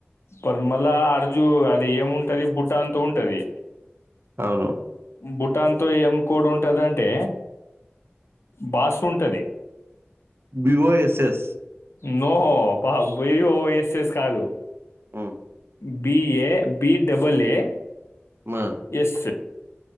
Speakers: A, on the left; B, on the right.
A: పరిమళ అర్జు అది ఏముంటది బుట్టా అంత ఉంటది
B: అవును
A: భూటాన్ తో ఏం కోడ్ ఉంటదంటే బాస్ ఉంటది
B: బిఓఎస్ఎస్
A: నో బా బి ఓ ఎస్ ఎస్ కాదు
B: హ్మ్.
A: బిఏ బి డబల్ ఏ
B: మా
A: ఎస్